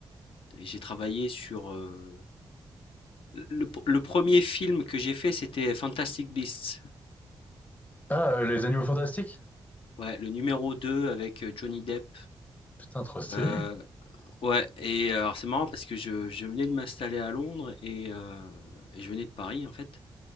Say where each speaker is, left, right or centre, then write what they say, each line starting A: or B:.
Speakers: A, on the left; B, on the left.
A: et j'ai travaillé sur, heu, le le premier film que j'ai fait c'était Fantastic Beasts.
B: Ah, euh, les animaux fantastiques?
A: Ouais, le numéro 2 avec, heu, Johnny Depp.
B: Putain, trop stylé.
A: Heu, ouais et euh, alors c'est marrant parce que je je venais de m'installer à Londres et heu et je venais de Paris en fait.